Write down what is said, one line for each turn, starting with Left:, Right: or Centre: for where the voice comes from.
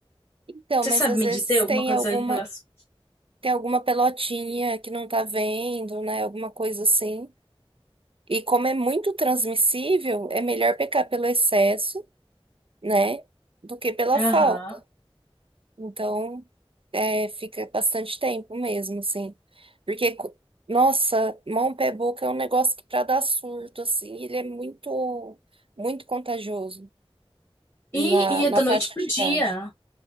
Right: Então,
Left: Você
Right: mas
Left: sabe
Right: às
Left: me
Right: vezes
Left: dizer alguma
Right: tem
Left: coisa
Right: alguma
Left: em relação?
Right: Tem alguma pelotinha que não tá vendo, né? Alguma coisa assim. E como é muito transmissível, é melhor pecar pelo excesso, né? Do que pela
Left: Aham.
Right: falta. Então, é, fica bastante tempo mesmo, assim. Porque, co- nossa, mão, pé, boca é um negócio que pra dar surto, assim, ele é muito, muito contagioso na,
Left: E, e é
Right: na
Left: da
Right: faixa
Left: noite pro
Right: de
Left: dia.
Right: idade.